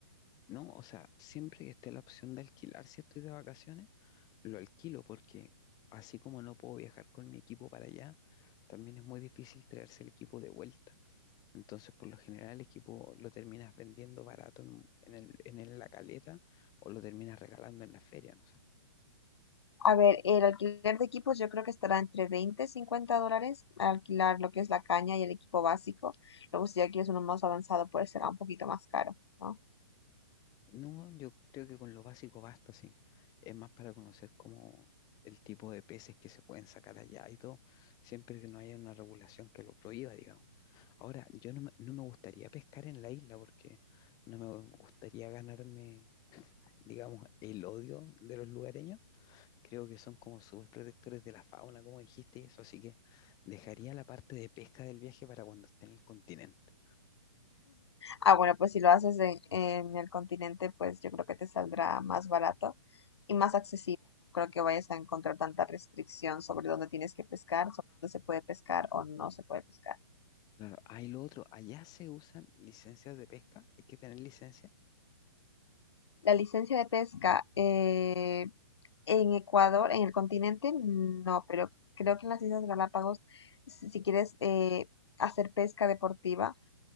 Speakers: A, on the left (about 25°); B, on the left (about 65°).
A: No, o sea, siempre que esté la opción de alquilar si estoy de vacaciones, lo alquilo porque así como no puedo viajar con mi equipo para allá, también es muy difícil traerse el equipo de vuelta. Entonces, por lo general, el equipo lo terminas vendiendo barato en, un- en el- en el- la caleta o lo terminas regalando en la feria, no
B: A ver, el alquiler de equipos yo creo que estará entre 20 y 50 dólares alquilar lo que es la caña y el equipo básico. Luego, si ya quieres uno más avanzado, pues será un poquito más caro, ¿no?
A: No, yo creo que con lo básico basta, sí. Es más para conocer como el tipo de peces que se pueden sacar allá y todo, siempre que no haya una regulación que lo prohíba, digamos. Ahora, yo no me, no me gustaría pescar en la isla porque no me gustaría ganarme, digamos, el odio de los lugareños. Creo que son como súper protectores de la fauna, como dijiste, y eso, así que dejaría la parte de pesca del viaje para cuando esté en el continente.
B: Ah, bueno, pues si lo haces en, en el continente, pues yo creo que te saldrá más barato y más accesible. No creo que vayas a encontrar tanta restricción sobre dónde tienes que pescar, sobre dónde se puede pescar o no se puede pescar.
A: Claro, hay lo otro, allá se usan licencias de pesca, hay que tener licencia
B: La licencia de pesca, eh, En Ecuador, en el continente, no, pero creo que en las Islas Galápagos, si, si quieres eh, hacer pesca deportiva,